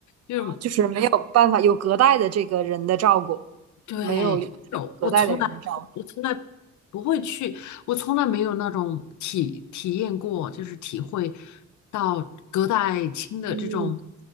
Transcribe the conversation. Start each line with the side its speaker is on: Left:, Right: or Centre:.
Left: 就是
Right: 就是没有办法有隔代的这个人的照顾，
Left: 对，
Right: 没有
Left: 有，
Right: 隔代的人的照顾。
Left: 我从来就我从来不会去，我从来没有那种体体验过，就是体会到隔代亲的这种
Right: 嗯